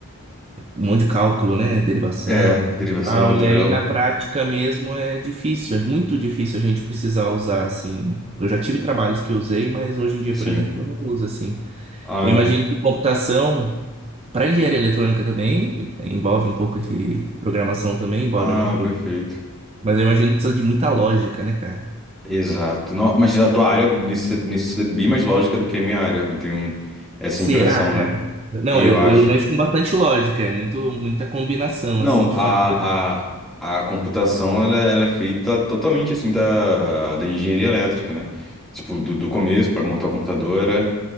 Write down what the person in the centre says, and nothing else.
É,
derivação, integral,
sim.
Ah,
na-
ah,
perfeito.
Exato. No- mas a tua área necessita, necessita bem mais lógica do que a minha área. Eu tenho essa
impressão,
né?
E eu
acho.
Não,
a,
a, a computação ela, ela é feita totalmente assim da, da engenharia elétrica, né? Tipo, do, do começo para montar a computadora, era